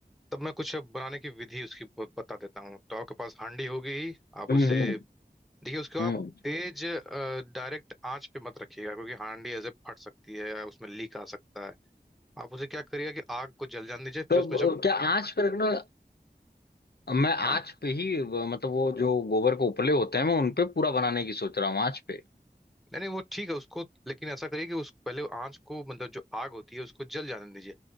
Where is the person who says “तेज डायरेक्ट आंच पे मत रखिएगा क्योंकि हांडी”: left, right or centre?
Centre